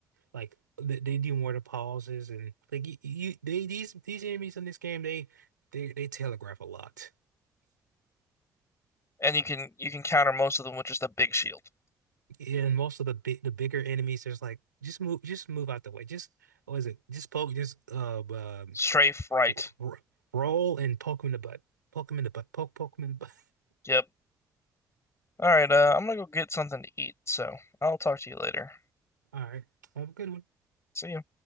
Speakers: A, on the right; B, on the left.
A: like they, they do more to pauses and like you, you they these these enemies in this game they they they telegraph a lot.
B: and you can you can counter most of them with just a big shield.
A: Yeah, and most of the big, the bigger enemies, there's like just move, just move out the way. Just what is it? Just poke, just uh, um,
B: Strafe right.
A: r r- roll and poke him in the butt. Poke him in the butt. Poke, poke him in the butt.
B: Yep. All right. Uh,
A: <laughs>
B: I'm gonna go get something to eat, so I'll talk to you later.
A: All right, have a good one.
B: See ya.